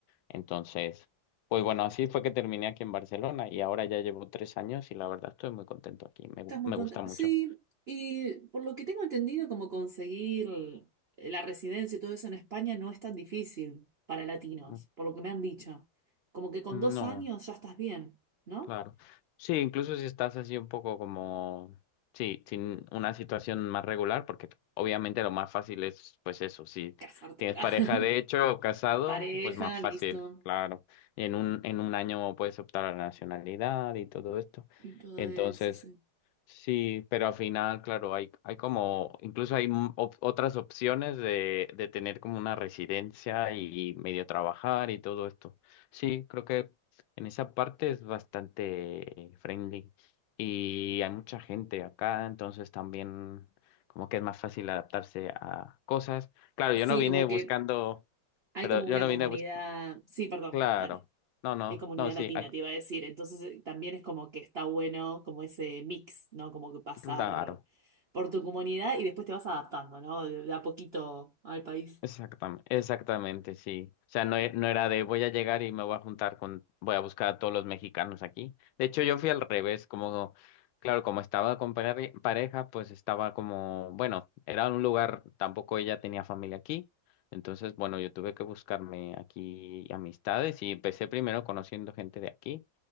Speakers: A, on the left (about 85°); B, on the right (about 80°).
A: Entonces, pues bueno, así fue que terminé aquí en Barcelona y ahora ya llevo tres años y la verdad estoy muy contento aquí, me,
B: Estás
A: gu-
B: muy
A: me
B: contenta.
A: gusta mucho.
B: Sí, y por lo que tengo entendido, como conseguir la residencia y todo eso en España no es tan difícil para latinos,
A: Mm.
B: por lo que me han dicho. Como que con
A: No.
B: dos años ya estás bien, ¿no?
A: Claro. Sí, incluso si estás así un poco como, sí, sin una situación más regular, porque obviamente lo más fácil es, pues eso, si
B: Casarte.
A: tienes
B: <laughs>
A: pareja de
B: Ah,
A: hecho o casado,
B: Pareja,
A: pues más fácil,
B: listo.
A: claro. En un, en un año puedes optar a la nacionalidad y todo esto.
B: Y todo
A: Entonces,
B: eso, sí.
A: Sí, pero al final, claro, hay, hay como, incluso hay m- op- otras opciones de, de tener como una residencia y medio trabajar y todo esto. Sí, creo que en esa parte es bastante friendly y hay mucha gente acá, entonces también como que es más fácil adaptarse a cosas. Claro,
B: Sí,
A: yo no vine
B: como
A: buscando,
B: que hay
A: pero
B: como
A: yo
B: una
A: no
B: comunidad.
A: vine buscando,
B: Sí, perdón,
A: claro,
B: dale.
A: no, no,
B: hay comunidad
A: no, sí,
B: latina,
A: ac-
B: te iba a decir. Entonces eh, también es como que está bueno como ese mix, ¿no? Como que pasar
A: claro.
B: por tu comunidad y después te vas adaptando, ¿no? De, de a poquito al país.
A: Exactamente, exactamente, sí. O sea, no, e- no era de voy a llegar y me voy a juntar con, voy a buscar a todos los mexicanos aquí. De hecho, yo fui al revés, como, claro, como estaba con pare- pareja, pues estaba como, bueno, era un lugar, tampoco ella tenía familia aquí. Entonces, bueno, yo tuve que buscarme aquí amistades y empecé primero conociendo gente de aquí